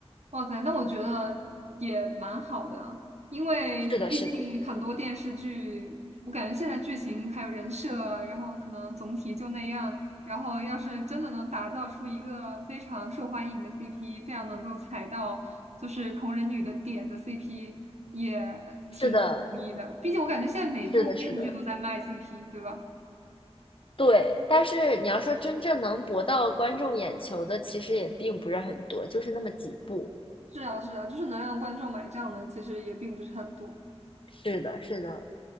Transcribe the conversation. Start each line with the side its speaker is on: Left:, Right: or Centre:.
Right: 哇塞，那我觉得也蛮好的啊，因为毕竟很多电视剧，
Left: 是的，是的，
Right: 我感觉现在剧情还有人设啊，然后可能总体就那样。然后要是真的能打造出一个非常受欢迎的 CP，非常能够踩到就是同人女的点的 CP，也挺不容易的。
Left: 是的，
Right: 毕竟我感觉现在每部电视剧都在卖
Left: 是的，是的，
Right: CP，对吧？
Left: 对。但是你要说真正能博到观众眼球的，其实也并不是很多，就是那么几部。
Right: 是啊，是啊，就是能让观众买账的，其实也并不是很多。
Left: 是的，是的。